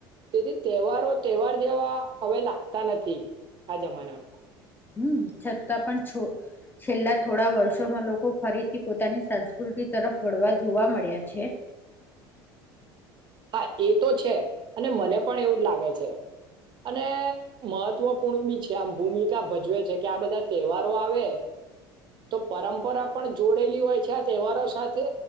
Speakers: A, on the right (about 40°); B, on the left (about 15°).
A: તેથી તહેવારો તહેવાર જેવા હવે લાગતા નથી આ જમાનામાં.
B: હમ છતાં પણ છ છેલ્લા થોડા વર્ષોમાં લોકો ફરીથી પોતાની સંસ્કૃતિ તરફ વળવા જોવા મળ્યા છે.
A: હા એ તો છે અને મને પણ એવું જ લાગે છે અને મહત્વપૂર્ણ બી છે આમ ભૂમિકા ભજવે છે કે આ બધા તહેવારો આવે તો પરંપરા પણ જોડેલી હોય છે આ તહેવારો સાથે